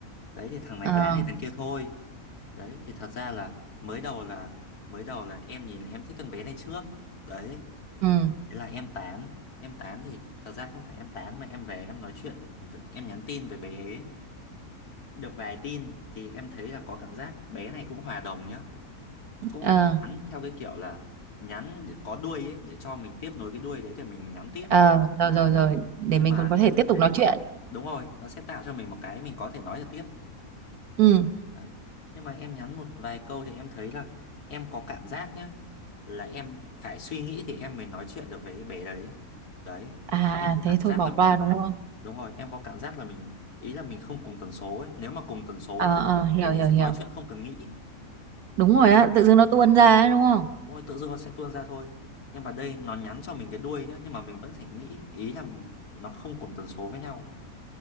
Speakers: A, on the left (about 85°); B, on the right (about 80°).
A: Đấy thì thằng này
B: ờ
A: tán thì thằng kia thôi. Đấy thì thật ra là mới đầu là mới đầu là em nhìn là em thích con bé này trước. Đấy,
B: ừ
A: thế là em tán. Em tán thì thật ra không phải em tán mà em về em nói chuyện, với- em nhắn tin với bé ấy. Được vài tin thì em thấy là có cảm giác bé này cũng hòa đồng nhá cũng
B: ờ
A: nhắn theo cái kiểu là nhắn để có đuôi ấy để cho mình tiếp nối cái đuôi đấy thì mình nhắn tiếp
B: ờ rồi
A: đấy
B: rồi rồi để
A: nhưng
B: mình
A: mà
B: còn có
A: em
B: thể tiếp
A: lại
B: tục
A: thấy
B: nói chuyện
A: đúng rồi nó sẽ tạo cho mình một cái mình có thể nói được tiếp
B: ừ
A: đấy nhưng mà em nhắn một vài câu thì em thấy là em có cảm giác nhá là em phải suy nghĩ thì em mới nói chuyện được với bé đấy đấy
B: à
A: em có
B: thế
A: cảm
B: thôi
A: giác
B: bỏ
A: là mình
B: qua đúng không
A: đúng rồi em có cảm giác là mình ý là mình không cùng tần số ấy nếu mà cùng tần số
B: ờ
A: nhá
B: ờ hiểu
A: thì mình
B: hiểu
A: sẽ
B: hiểu
A: nói chuyện không cần nghĩ
B: đúng rồi á tự dưng nó tuôn
A: đúng
B: ra
A: không
B: ấy, đúng không
A: Đúng rồi, tự dưng nó sẽ tuôn ra thôi. Nhưng mà đây nó nhắn cho mình cái đuôi nhá, nhưng mà mình vẫn phải nghĩ ý là nó không cùng tần số với nhau.